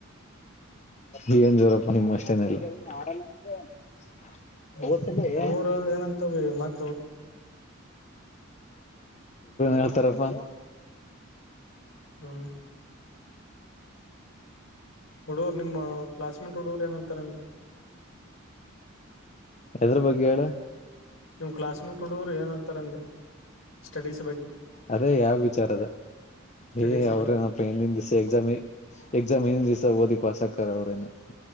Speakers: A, on the left (about 30°); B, on the left (about 65°).
A: ಏನ್ ಜೋರಪ್ಪ ನಿಮ್ಮ ಅಷ್ಟೇನೆಲ್ಲ. <unintelligible>
B: ಹೌದು ಹುಡುಗರು
A: <unintelligible> ಏನ್
B: ಏನಂತ ಮತ್ ಹುಡು
A: ಹೇಳ್ತಾರಪ್ಪ
B: ಹ್ಮ ಹುಡ್ಗುರು ನಿಮ್ಮ ಕ್ಲಾಸ್ಮೇಟ್ ಹುಡ್ಗುರು ಏನಂತಾರೆ ನೀ
A: ಹೆದ್ರ ಬಗ್ಗೆ ಹೇಳ
B: ನಿಮ್ ಕ್ಲಾಸ್ ಮೆಂಟ್ ಹುಡ್ಗರು ಏನ್ ಅಂತಾರ ಅಂದೆ ಸ್ಟಡೀಸ್ --
A: ಅದೇ ಯಾವ್ ವಿಚಾರದ
B: ಸ್ಟಡೀಸ್
A: ಏ ಅವ್ರೇನಪ್ಪ
B: ಬಗ್ಗೆ
A: ಇನ್ ದಿಸ ಎಕ್ಸಾಮಿ ಎಕ್ಸಾಮ್ ಇಂದ್ದಿಸ ಓದಿ <unintelligible> ಅವ್ರೇನು